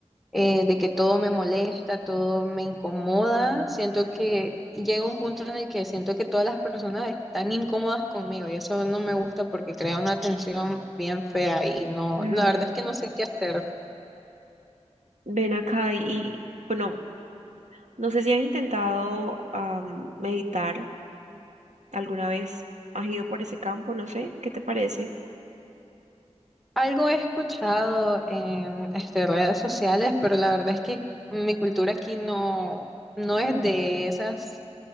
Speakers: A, in the centre; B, on the right.
A: eh, de que todo me molesta, todo me incomoda.
B: mm,
A: Siento que llega un punto en el que siento que todas las personas están incómodas conmigo y eso no me gusta porque crea una tensión bien fea y no,
B: Claro.
A: la verdad es que no sé qué hacer.
B: Ven acá y, y, bueno, no sé si has intentado am, meditar. ¿Alguna vez has ido por ese campo? No sé, ¿qué te parece?
A: Algo he escuchado en este, redes sociales, pero la verdad es que mi cultura aquí no, no es de esas